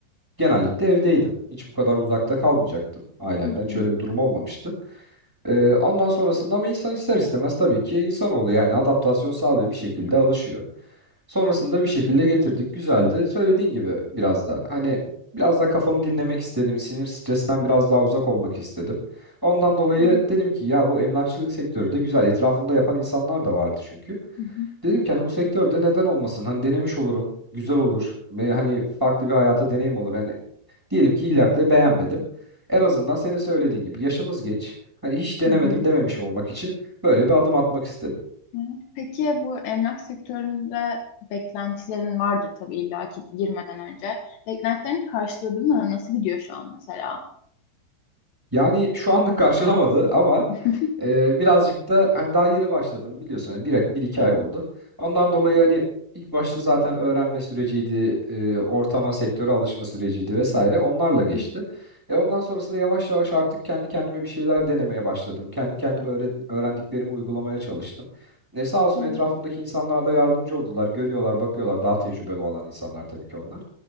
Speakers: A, in the centre; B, on the left (about 70°).
A: genellikle evdeydim. Hiç bu kadar uzakta kalmayacaktım ailemden.
B: hı, hı
A: Hiç
B: hı.
A: öyle bir durum olmamıştı. Ee, ondan sonrasında ama insan ister istemez tabii ki insanoğlu yani adaptasyon sağlıyor bir şekilde alışıyor. Sonrasında bir şekilde getirdik. Güzeldi. Söylediğin gibi biraz da hani biraz daha kafamı dinlemek istedim. Sinir stresten biraz daha uzak olmak istedim. Ondan dolayı
B: Evet.
A: dedim ki ya bu emlakçılık sektörü de güzel. Etrafımda yapan insanlar da vardı çünkü.
B: Hı hı.
A: Dedim ki hani bu sektörde neden olmasın? Hani denemiş olurum. Güzel olur. Ve hani farklı bir hayata deneyim olur. Yani diyelim ki ileride beğenmedim. En azından senin söylediğin gibi yaşımız genç. Hani hiç denemedim
B: Hı hı.
A: dememiş olmak için böyle bir adım atmak istedim.
B: Evet. Peki bu emlak sektöründe beklentilerin vardır tabii illa ki girmeden önce. Beklentilerin karşıladı mı? Nasıl gidiyor şu an mesela?
A: Yani şu anlık karşılamadı ama
B: <laughs>
A: Ee, birazcık da hani daha yeni başladım biliyorsun hani bir, bir iki
B: Evet.
A: ay oldu. Ondan dolayı hani ilk başta zaten öğrenme süreciydi, e, ortama, sektöre alışma süreciydi vesaire. Onlarla geçti.
B: Hı
A: E ondan sonrasında yavaş yavaş artık kendi kendime bir şeyler denemeye başladım. Kendi kendime öğren- öğrendiklerimi uygulamaya çalıştım. E sağ olsun
B: hı.
A: etrafımdaki insanlar da yardımcı oldular. Görüyorlar, bakıyorlar. Daha tecrübeli olan insanlar tabii ki onlar.